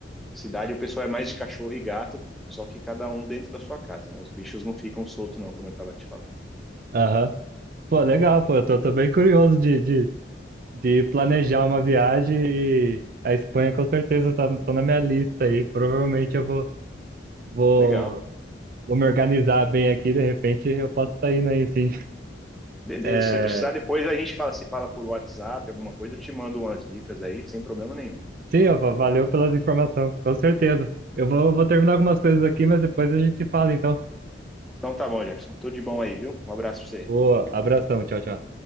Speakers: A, in the centre; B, on the right.
A: Cidade o pessoal é mais de cachorro e gato, só que cada um dentro da sua casa, né? Os bichos não ficam soltos, não, como eu estava te falando.
B: Aham. Pô, legal, pô. Eu tô, tô bem curioso de, de, de planejar uma viagem e a Espanha com certeza tá, tá na minha lista aí. Provavelmente eu vou, vou,
A: Legal.
B: vou me organizar bem aqui, de repente eu posso estar indo aí, sim.
A: Beleza.
B: É,
A: Se você precisar, depois a gente fala, se fala por WhatsApp, alguma coisa, eu te mando umas dicas aí, sem problema nenhum.
B: Sim, Alfa, valeu pelas informações, com certeza. Eu vou, vou terminar algumas coisas aqui, mas depois a gente se fala, então.
A: Então tá bom, Jefferson. Tudo de bom aí, viu? Um abraço pra você.
B: Boa, abração, tchau, tchau.